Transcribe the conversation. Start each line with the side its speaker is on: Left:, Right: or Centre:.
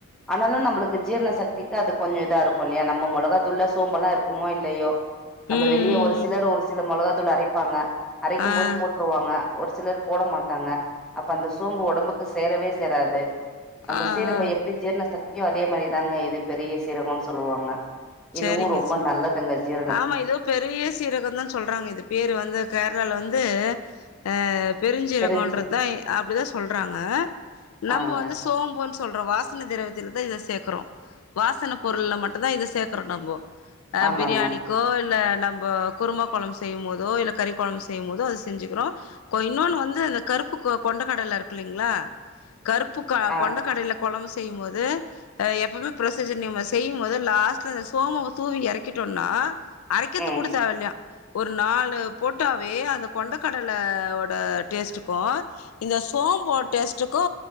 Centre: ஆனாலு நம்மளுக்கு ஜீரண சக்திக்கு அது கொஞ்ச இதா இருக்கு இல்லையா நம்ம மிலகா தூள்ள சோம்பெல்லா இருக்குமோ இல்லையோ நம்ம
Left: ம்
Centre: வெளிய
Left: ம்
Centre: ஒருசிலர்
Left: ம்
Centre: ஒரு சில மிளகா தூள் அரைப்பாங்க அரைக்கும்
Left: ஆ
Centre: போது போட் ட்ருவாங்க ஒரு சிலர் போட மாட்டாங்க அப்ப அந்த சோம்பு உடம்புக்கு சேரவே சேராது நம்ம
Left: ஆ
Centre: சீரகோ
Left: ஆ
Centre: எப்படி ஜீர்ண சக்தியோ அதே மாதிரிதாங்க இது பெரிய சீரகம்னு சொல்லுவாங்க
Left: சரிங்க
Centre: இதுவு ரொம்ப
Left: சரி
Centre: நல்லதுங்க ஜீரண
Left: ஆமா இதுவு பெரிய சீரகந்தா சொல்றாங்க இது பேரு வந்து கேரளால வந்து ஆ பெருசீரகன்றதுதா
Centre: தெரிஞ்சு
Left: அப்டிதா சொல்றாங்க நம்ம
Centre: ஆங்க
Left: வந்து சோம்புன் சொல்றோ வாசன திரவத்தில தா இத சேக்கறோ வாசனப் பொருள்ல மட்டுந்தா இத சேக் குறோம் நம்போ ஆ
Centre: ஆமாங்க
Left: பிரியாணி கோ இல்ல நம்ம குருமா கொழம்பு செய்யும் போதோ இல்ல கறி குழம்பு செய்யும் போதோ அத செஞ்சுக்கிறோ கோ இன்னொன்னு வந்து இந்த கருப்பு கொண்ட கடல்ல இருக்குல்லைங்களா கருப்பு
Centre: ஆ
Left: கொண்ட கடில குழம்பு செய்யும் போது எப்பவுமே ப்ரொசீஜர் நீம்ம செய்யும் போது லாஸ்ட் கு சோம தூவி எறக்கிட்டோம்னா அரைக்கத்து
Centre: ம்
Left: கூட தேவ இல்லயா ஒரு நாலு போட்டாவே அந்த கொண்டக்கடலவொட டேஸ்ட்டுக்கோ இந்த சோம்போட டேஸ்ட்டுக்கு